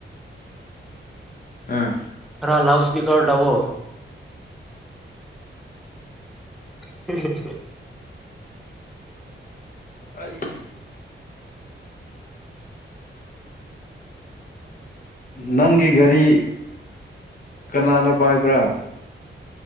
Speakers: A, on the left; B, in the centre.
A: ꯑꯥ
B: ꯅꯪ ꯂꯥꯎꯠꯁꯄꯤꯀꯔ ꯇꯧꯑꯣ <unintelligible>
A: ꯑꯩ ꯅꯪꯒꯤꯒꯔꯤ ꯀꯅꯥꯅ ꯄꯥꯏꯕ꯭ꯔꯥ